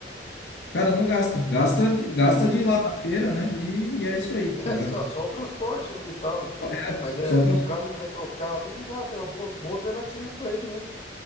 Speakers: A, on the left; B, on the left.
A: Cara, não gasta. Gasta, de- gasta
B: É,
A: de ir lá na feira, né? E, e é isso aí, tá
B: é
A: ligado?
B: só, só o transporte militar.
A: Só- É
B: Mas é,
A: só o transporte.
B: no caso ele vai trocar ali, não gasta, é uma boa, boa alternativa para ele mesmo.